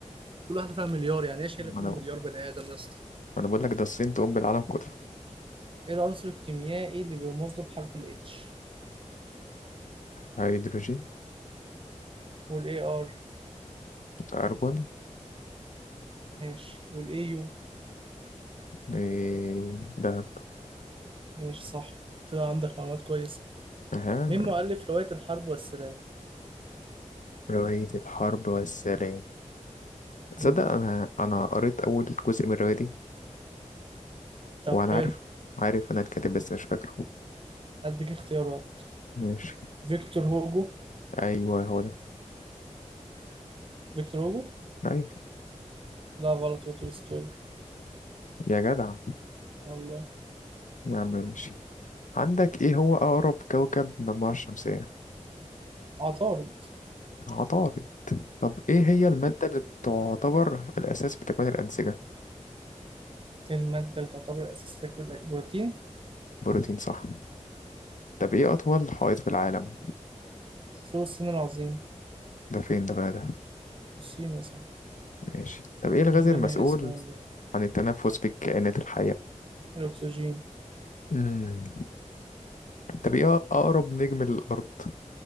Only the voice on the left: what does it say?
ما
أنا ما
أنا بقول لك ده الصين تقوم بالعالم كله
هيدروجين
كربون
إيه، دهب
أها
رواية الحرب والسلام تصدق
أنا أنا قريت أول جزء من الرواية دي
وأنا
عارف عارف أنا الكاتب بس مش فاكره
ماشي
أيوه هو ده
أيوه
يا جدع
يا عم ماشي عندك إيه هو أقرب كوكب للمجموعة الشمسية
عطارد طب إيه هي المادة اللي بتعتبر الأساس في تكوين الأنسجة
بروتين صح طب ايه أطول حائط في العالم
ده فين ده بقى ده
ماشي طب ايه الغاز
المسؤول
عن التنفس بالكائنات الحية
مم. طب ايه أقرب نجم للأرض